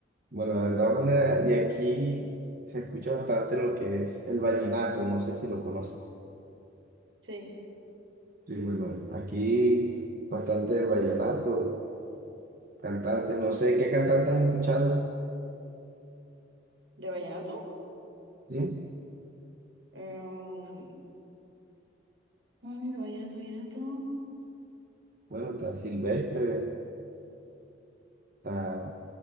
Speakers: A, on the right; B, on the right.
A: Bueno, la verdad, una- de aquí se escucha bastante lo que es el vallenato, no sé si lo conoces.
B: Sí,
A: Sí, bueno, aquí bastante el vallenato, cantante, no sé qué cantante has escuchado,
B: ¿de vallenato?
A: ¿sí?
B: Em, a ver, vallenato, vallenato.
A: Bueno, está Silvestre, Está